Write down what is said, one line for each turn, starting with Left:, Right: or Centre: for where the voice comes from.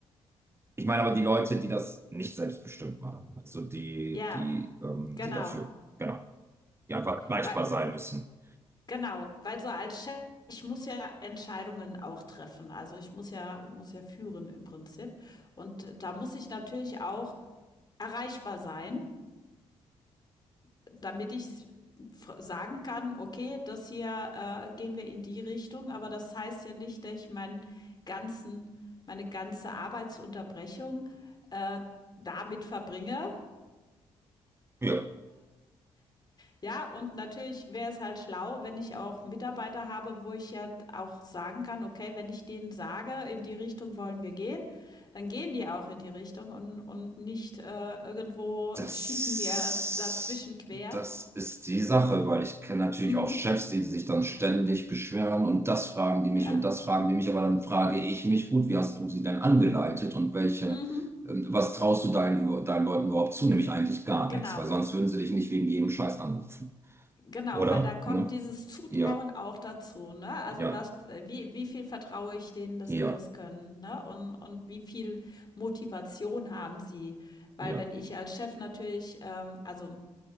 Right: ich meine aber die Leute, die das nicht selbstbestimmt machen, also die,
Left: Ja,
Right: die, ähm,
Left: genau.
Right: die dafür, genau, die einfach erreichbar
Left: Weil,
Right: sein müssen.
Left: genau. Weil so als Chef, ich muss ja Entscheidungen auch treffen. Also ich muss ja, muss ja führen im Prinzip. Und da muss ich natürlich auch erreichbar sein damit ich sagen kann, okay, das hier äh, gehen wir in die Richtung, aber das heißt ja nicht, dass ich meinen ganzen, meine ganze Arbeitsunterbrechung äh, damit verbringe.
Right: Ja,
Left: Ja, und natürlich wäre es halt schlau, wenn ich auch Mitarbeiter habe, wo ich ja auch sagen kann, okay, wenn ich denen sage, in die Richtung wollen wir gehen, dann gehen die auch in die Richtung und, und nicht äh, irgendwo
Right: das,
Left: schießen mir dazwischen quer.
Right: das ist die Sache, weil ich kenne natürlich
Left: Mhm.
Right: auch Chefs, die sich dann ständig beschweren und das fragen die mich
Left: Ja.
Right: und das fragen die mich, aber dann frage ich mich, gut, wie hast du sie denn angeleitet und welche,
Left: Mhm.
Right: ähm, was traust du deinen, deinen Leuten überhaupt zu? Nämlich eigentlich gar
Left: Genau.
Right: nichts, weil sonst würden sie dich nicht wegen jedem Scheiß anrufen.
Left: Genau,
Right: Oder?
Left: weil da kommt
Right: Ne?
Left: dieses Zutrauen
Right: Ja,
Left: auch dazu, ne? Also
Right: ja,
Left: was, wie, wie viel vertraue ich denen, dass
Right: ja,
Left: die das können, ne? Und, und wie viel Motivation haben sie? Weil
Right: ja.
Left: wenn ich als Chef natürlich, ähm, also